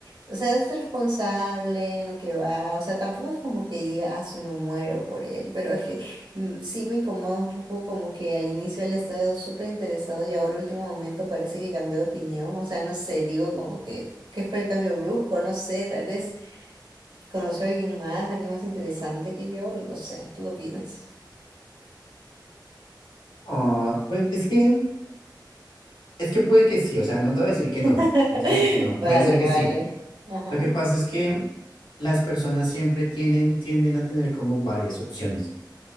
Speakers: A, on the right; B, on the left.
A: o sea, es responsable en lo que va, o sea, tampoco es como que diga, ah, su me muero por él, pero es que mm, sí me incomoda un poco como que al inicio él estaba súper interesado y ahora último momento parece que cambió de opinión, o sea, no sé, digo como que que fue el cambio brusco, no sé, tal vez conoció a alguien más, alguien más interesante que yo, no lo sé, ¿tú qué opinas?
B: ah, bueno, es que, es que puede que sí, o sea, no te voy a decir
A: <laughs>
B: que no, no te voy a decir que no,
A: Vale,
B: puede ser que
A: vale.
B: sí.
A: Ajá.
B: Lo que pasa es que las personas siempre tienen, tienden a tener como varias opciones.